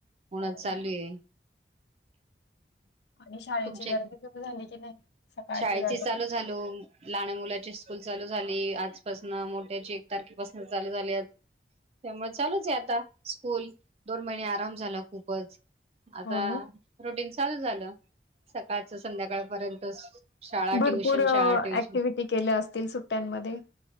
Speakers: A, on the right; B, on the left.
A: ऊनच
B: हो
A: चालू
B: ना.
A: आहे.
B: आणि शाळेची
A: तुमच्या
B: गर्दी सुरू झाली की नाही सकाळची
A: शाळेची
B: गडबड.
A: चालू झालो लहान मुलाची. स्कूल चालू झाली आजपासनं त्याची एक तारखेपासून चालू झाली त्यामुळे चालूच आहे आता स्कूल दोन महिने आराम झाला खूपच आता
B: हो ना
A: रुटीन सुरु चालू झालं सकाळच संध्याकाळपर्यंत शाळा
B: भरपूर
A: ट्युशन शाळा ट्युशन
B: ऍक्टिव्हटी केल्या असतील सुट्ट्यांमध्ये